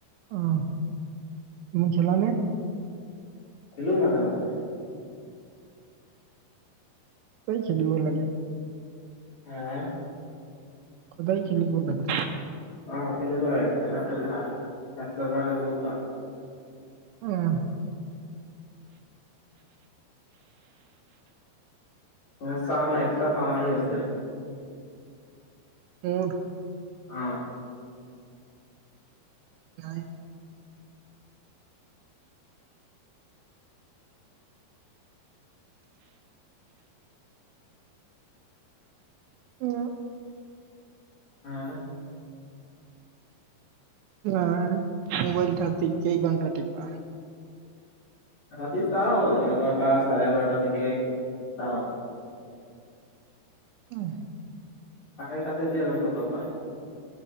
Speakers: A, on the right; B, on the left.
A: অ' তুমি খেলানে
B: খেলু মাজে মাজে
A: <unintelligible>
B: হাঁ
A: সদায় খিনিব লাগে
B: অ খেলিব লাগে, খেলাটো ভাল চৰকাৰে বহুত ভাল
A: উহ
B: উ চাম এক্ট্ৰা চামাই আছে
A: উহ
B: ও
A: নাই হেলৌ
B: হো অ
A: নাই মোবাইল থাতিত কেই ঘণ্টা টিপা
B: ৰাতি চাওঁ এঘাৰটা চাৰে এঘাৰটালৈকে চাওঁ
A: উহ
B: কাৰেনট আছে এতিয়া লুন লব পায়